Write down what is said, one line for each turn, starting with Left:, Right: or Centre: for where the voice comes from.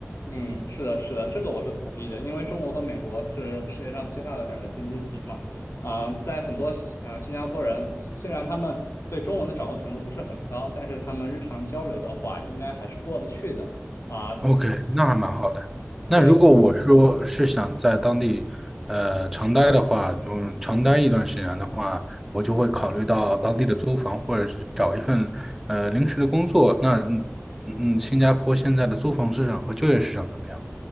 Left: 嗯，是的，是的，这个我是同意的，因为中国和美国是世界上最大的两个经济体嘛，啊、在很多新啊、新加坡人，虽然他们对中文的掌握程度不是很高，但是他们日常交流的话，应该还是过得去的啊、
Centre: OK，那还蛮好的。那如果我说是想在当地，
Left: 对。
Centre: 呃，长待的话，嗯，长待一段时间的话，我就会考虑到当地的租房，或者是找一份呃临时的工作。那嗯嗯，新加坡现在的租房市场和就业市场怎么样？